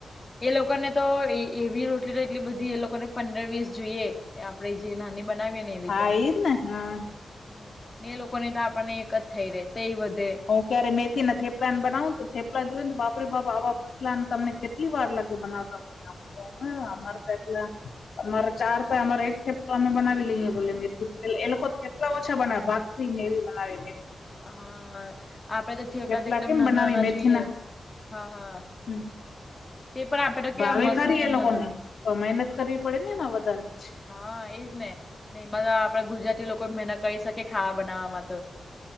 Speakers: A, on the left; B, on the left.
A: એ લોકોને તો એવી રોટલી તો એટલી બધી એ લોકોને પંદર વીસ જોઈએ આપણે જે નાની બનાવીએ ને એવી
B: હા
A: તો.
B: એજ ને હા
A: હા, એ લોકો ની તો આપણને એક જ થઈ રે તે એ વધે.
B: હું ક્યારે મેથી ને થેપલા ને બનાવું તો થેપલાન જોઈને બાપરે બાપ આવા અટલા તમને કેટલી વાર લાગે બનાવતા અમને એવું અમારે તો એટલે અમારે ચાર તોય અમારે એક થેપલો અમે બનાવી લઈએ બલે મેથી એ લોકો થેપલા ઓછા બનાવે ભાગ ભાખરીને એવી બનાવેને
A: હા. આપડે તો થેપડા
B: થેપલા
A: તો એકદમ
B: કેમ
A: નાના
B: બનાવી
A: નાના
B: મેથીના
A: જોઈએ હા, હા.
B: હમ
A: તે પણ આપે તો કેવા
B: ભાવે
A: મસ્ત
B: ખરી
A: નાના,
B: એ લોકોને
A: નાના.
B: મહેનત કરવી પડે ને એમાં વધારે છે.
A: હા, એજને ને એમાં આપણા ગુજરાતી લોકો મહેનત કરી શકે ખાવા બનાવવામાં તો.